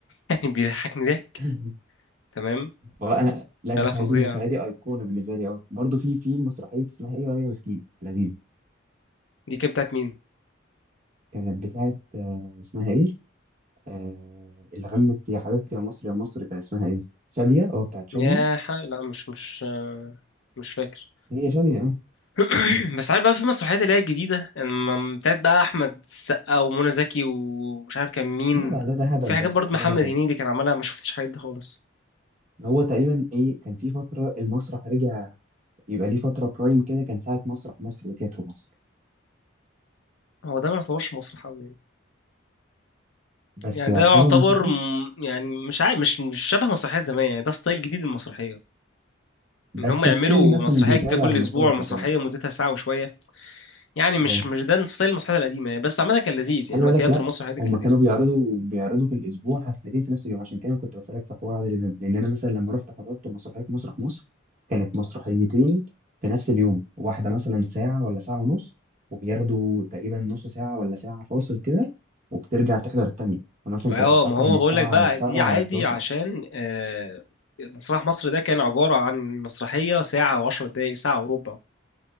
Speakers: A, on the left (about 75°); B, on the right (about 40°).
A: يعني بيضحكني ضحك
B: <laughs>
A: تمام
B: والله انا لا المسرحيه
A: لا لا فظيعة
B: دي المسرحيه دي ايقونه بالنسبه لي اه برضه في في مسرحيه اسمها ايه رايه وسكينه لذيذه
A: دي كانت بتاعت مين؟
B: كانت بتاعت آه، اسمها ايه آه اللي غنت يا حبيبتي يا مصر يا مصر كان اسمها ايه شاديه اه بتاعت شاديه
A: يا ح... لا مش مش آه، مش فاكر
B: هي شاديه اه
A: <clears throat> بس عارف بقى في مسرحيات اللي هي الجديدة لما بتاعت بقى أحمد السقا ومنى زكي ومش عارف كان مين
B: لا لا ده ده هبل
A: في حاجات
B: ده
A: برضه
B: ده
A: محمد
B: هبل
A: هنيدي كان عملها ما شفتش حاجات دي خالص
B: هو تقريبا ايه كان في فتره المسرح رجع يبقى ليه فتره برايم كده كان ساعه مسرح مصر وتياترو مصر
A: هو ده ما يعتبرش مسرح أوي يعني
B: بس
A: يعني
B: يعتبر
A: ده يعتبر
B: مسرحيه
A: م- يعني مش عارف مش مش شبه مسرحيات زمان يعني ده ستايل جديد للمسرحية
B: بس
A: ان هم يعملوا
B: ستيل مثلا
A: مسرحيه
B: بيتعرض
A: جديده كل
B: على مسارح
A: اسبوع مسرحيه
B: وكده
A: مدتها ساعه وشويه يعني مش
B: اه
A: مش ده ستايل المسرحيات القديمه يعني بس عامه كان لذيذ
B: خلي
A: يعني هو
B: بالك
A: التياترو
B: لا
A: المسرحي ده
B: هم
A: كان لذيذ
B: كانوا بيعرضوا بيعرضوا في الاسبوع حفلتين في نفس اليوم عشان كده كنت بسالك في حوار عادل امام لان انا مثلا لما رحت حضرت مسرحيه مسرح مصر كانت مسرحيتين في نفس اليوم واحده مثلا ساعه ولا ساعه ونص وبياخدوا تقريبا نص ساعه ولا ساعه فاصل كده وبترجع تحضر التانيه فمثلا
A: اه
B: كانت الحفله
A: ما هو
B: من الساعه
A: بقول لك بقى
B: 7
A: دي عادي
B: ل 11
A: عشان آه مسرح مصر ده كان عباره عن مسرحيه ساعه وعشر دقائق ساعه وربع